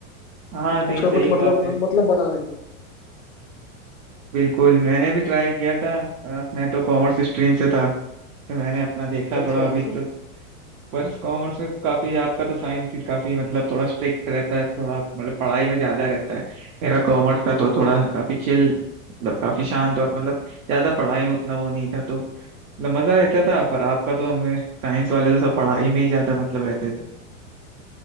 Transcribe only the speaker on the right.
हाँ
नहीं
सही
बात
है
बिल्कुल मैंने भी ट्राई किया था अ, मैं तो कॉमर्स स्ट्रीम से था तो मैंने अपना देखा
थोड़ा अभी
तो पर कॉमर्स में काफी आपका तो साइंस ही काफी मतलब थोड़ा स्ट्रिक्ट रहता है थोड़ा मतलब पढ़ाई में ज्यादा रहता है मेरा कॉमर्स था तो थोड़ा काफी चिल मतलब काफी शांत और मतलब ज्यादा पढ़ाई में उतना वो नहीं था तो मतलब मजा रहता था पर आपका तो हमें साइंस वाले तो सब पढ़ाई में ही ज्यादा मतलब रहते थे